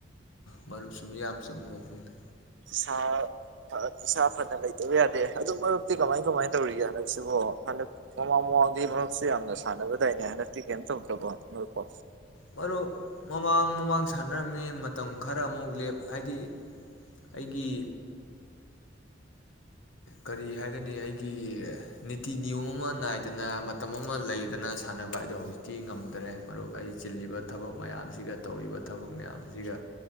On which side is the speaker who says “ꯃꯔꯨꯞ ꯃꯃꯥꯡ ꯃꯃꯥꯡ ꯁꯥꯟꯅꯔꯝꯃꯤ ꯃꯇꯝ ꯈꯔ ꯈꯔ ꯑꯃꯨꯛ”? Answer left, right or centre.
Left